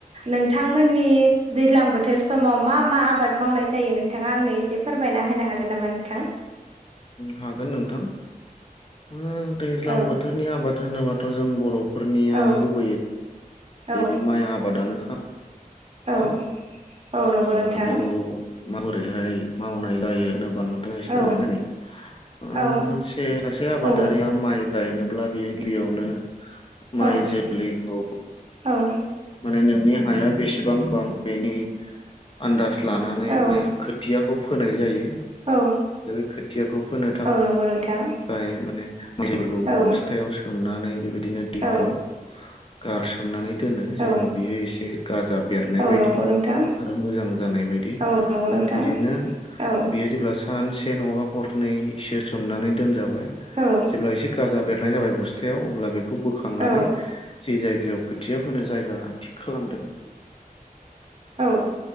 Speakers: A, on the right; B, on the left.
A: नोंथांमोननि दैज्लां बोथोर समाव मा मा आबाद मावनाय जायो नोंथाङा आंनो एसे फोरमायना होनो हागोन नामा नोंथां?
B: हागोन नोंथां उम दैज्लां
A: औ
B: बोथोरनि आबाद होनोबा थ' जों बर'फोरनिया
A: औ
B: गुबैयै
A: औ
B: नैबे माइ आबादानोखा।
A: औ
B: खा
A: औ नंगौ नोंथां
B: आरो बेखौ माबोरैहाय मावनाय जायो होनो बा नोंथांनो एसे फोरमायना
A: औ
B: होनि ओ
A: औ
B: मोनसे सासे आबादारिया
A: औ
B: माइ गायनो ब्ला बियो गिबियावनो माइ
A: औ-औ।
B: जोलैखौ माने नोंनि हाया बेसेबां गोबां बेनि आन्दास लानानै
A: औ
B: माने खोथियाखौ फोनाय जायो।
A: औ
B: दा बे खोथियाखौ फोनो था
A: औ नंगौ नोंथां
B: खाय माने मायज्लिफोरखौ
A: औ
B: बस्थायाव सोमनानै बेबायदिनो दैफ्राव।
A: औ
B: गारसोमनानै दोनो जेन'
A: औ
B: बियो एसे गाजा बेरनाय
A: औ
B: बायदि।
A: नंगौ नोंथां
B: आरो मोजां जानाय बायदि
A: औ नंगौ
B: आरो
A: नोंथां
B: बिदिनो
A: औ
B: बियो जेब्ला सानसे से नङाबा हरनैसो सोमनानै दोनजाबाय
A: औ
B: जेब्ला एसे गाजा बेर नाय जाबाय बस्थायाव अब्ला बेखौ बोखांनानै
A: औ
B: जे जायगायाव खोथिया फोनो जा यगा थिग खालामदों।
A: औ।